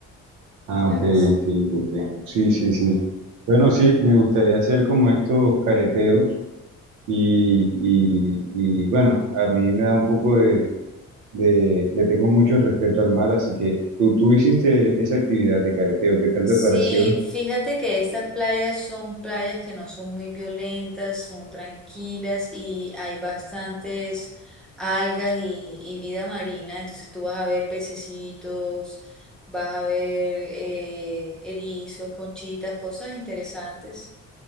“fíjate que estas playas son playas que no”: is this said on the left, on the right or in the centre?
Centre